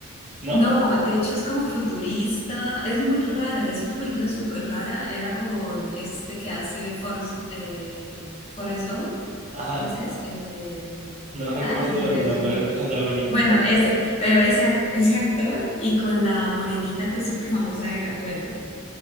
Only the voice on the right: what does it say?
¿no?
Ajá.
No recuerdo
el nombre
del protagonista.